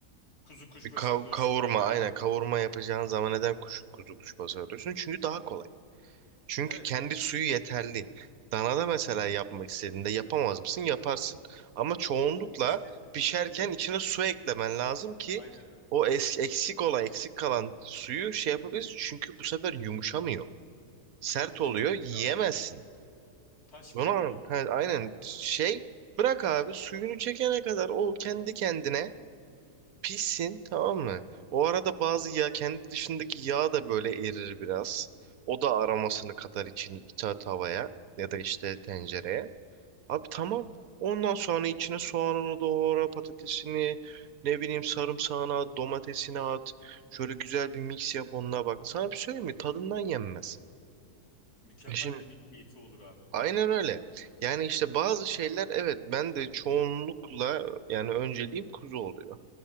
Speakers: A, on the left (about 70°); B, on the right (about 70°).
A: Kuzu kuşbaşı
B: bir kav-
A: alıyorsun
B: kavurma
A: da.
B: aynen kavurma yapacağın zaman neden kuş, kuzu kuşbaşı arıyorsun? Çünkü daha kolay. Çünkü
A: Evet
B: kendi suyu yeterli. Danada mesela yapmak istediğinde yapamaz mısın? Yaparsın. Ama çoğunlukla
A: ama işte
B: pişerken
A: ilim.
B: içine su
A: Hı
B: eklemen
A: hı.
B: lazım ki
A: Aynen öyle.
B: o es- eksik olan, eksik kalan suyu şey yapabilirsin. Çünkü bu sefer yumuşamıyor. Sert
A: Yok
B: oluyor,
A: kesinlikle
B: yiyemezsin.
A: abi. Taş
B: Bunu
A: gibi
B: an-
A: oluyor.
B: ha, aynen şey bırak abi suyunu çekene kadar o kendi kendine Pissin tamam mı? O arada bazı yağ kendi dışındaki yağ da böyle erir biraz. O da aromasını katar içini ita
A: Oh,
B: tavaya ya da işte tencereye. Abi tamam. Ondan sonra içine soğanını doğra, patatesini, ne bileyim sarımsağını at, domatesini at. Şöyle güzel bir mix yap onunla bak. Sana bir söyleyeyim mi? Tadından yenmez.
A: mükemmel
B: Şimdi
A: de bir keyfi olur abi.
B: aynen öyle. Yani işte bazı şeyler evet ben de çoğunlukla yani önceliğim kuzu oluyor.